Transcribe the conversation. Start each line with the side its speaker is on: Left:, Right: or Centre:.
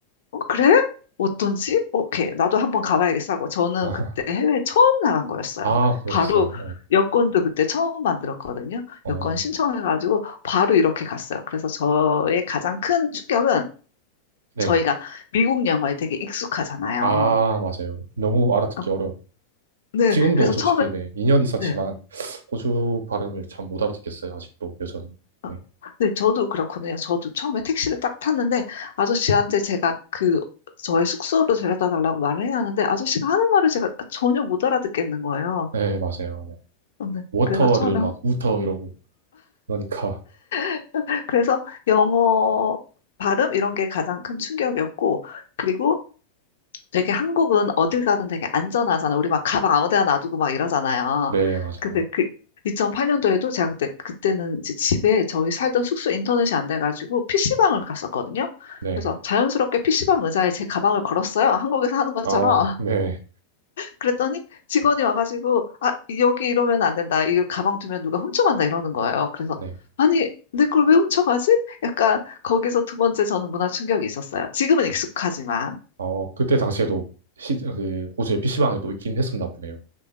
Left: 어, 그래? 어떤지? 오케이. 나도 한번 가봐야겠어 하고 저는
Right: 아,
Left: 그때 해외에 처음 나간 거였어요.
Right: 아, 그러셨어요.
Left: 바로 여권도 그때 처음 만들었거든요.
Right: 어,
Left: 여권 신청해가지고
Right: 어,
Left: 바로 이렇게 갔어요. 그래서 저의 가장 큰 충격은
Right: 네.
Left: 저희가 미국 영어에 되게 익숙하잖아요.
Right: 아, 맞아요. 너무 알아듣기
Left: 어,
Right: 어려워.
Left: 네.
Right: 지금도
Left: 그래서
Right: 솔직히
Left: 처음에,
Right: 네. 2년 있었지만
Left: 네.
Right: 호주 발음을 참 못 알아듣겠어요. 아직도 여전히.
Left: 어,
Right: 네.
Left: 네, 저도 그렇거든요. 저도 처음에 택시를 딱 탔는데 아저씨한테 제가 그 저의 숙소로 데려다 달라고 말을 해야 하는데 아저씨가 하는 말을 제가 전혀 못 알아듣겠는 거예요.
Right: 네, 맞아요. 네.
Left: 저는
Right: 워터를
Left: 그래서 처음에
Right: 막 우터 이러고 그러니까
Left: <laughs> 그래서 영어 발음 이런 게 가장 큰 충격이었고 그리고 되게 한국은 어딜 가든 되게 안전하잖아요. 우리 막 가방 아무 데나 놔두고 막 이러잖아요.
Right: 네, 맞아요.
Left: 근데 그 2008년도에도 제가 그때 그때는 이제 집에 저희 살던 숙소 인터넷이 안 돼가지고 PC방을 갔었거든요.
Right: 네.
Left: 그래서 자연스럽게 PC방 의자에 제 가방을 걸었어요. 한국에서 하는 것처럼.
Right: 아우, 네.
Left: 그랬더니 직원이 와가지고, 아, 여기 이러면 안 된다. 이걸 가방 두면 누가 훔쳐간다. 이러는 거예요. 그래서,
Right: 네.
Left: 아니, 내 걸 왜 훔쳐가지? 약간 거기서 두 번째 저는 문화 충격이 있었어요. 지금은
Right: 어.
Left: 익숙하지만.
Right: 어, 그때 당시에도 시, 그 호주에 PC방이 또 있긴 했었나 보네요.